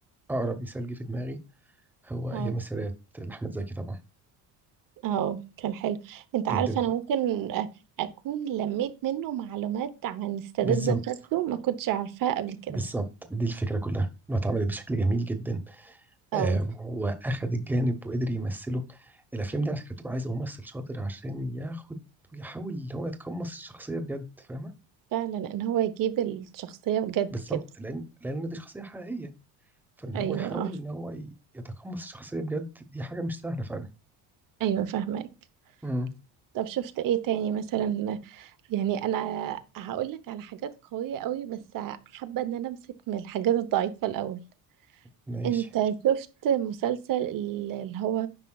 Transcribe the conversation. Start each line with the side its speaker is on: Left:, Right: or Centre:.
Centre: اقرب مثال جه في دماغي هو ايام
Right: اه
Centre: السادات لاحمد زكي طبعا
Right: اه كان حلو انت عارف
Centre: جدا
Right: انا ممكن أ- اكون لميت منه معلومات عن السادات
Centre: بالظبط
Right: ذات نفسه ما كنتش عارفاها قبل كده
Centre: بالظبط دي الفكره كلها انه اتعملت بشكل جميل جدا
Right: اه
Centre: آه واخد الجانب وقدر يمثله الافلام دي على فكره بتبقى عايزه ممثل شاطر عشان ياخد ويحاول ان هو يتقمص الشخصيه بجد فاهمه
Right: فعلا ان هو يجيب الشخصية بجد
Centre: بالظبط
Right: كده
Centre: لان لان دي شخصيه حقيقيه فان
Right: أيوه
Centre: هو يحاول
Right: آه،
Centre: ان هو ي- يتقمص الشخصيه بجد دي حاجه مش سهله فعلا
Right: أيوه فاهماك.
Centre: امم
Right: طب شُفت إيه تاني مثلًا؟ يعني أنا هاقول لك على حاجات قوية أوي، بس حابة إن أنا أمسك من الحاجات الضعيفة الأول.
Centre: ماشي
Right: أنت شُفت مسلسل ال اللي هو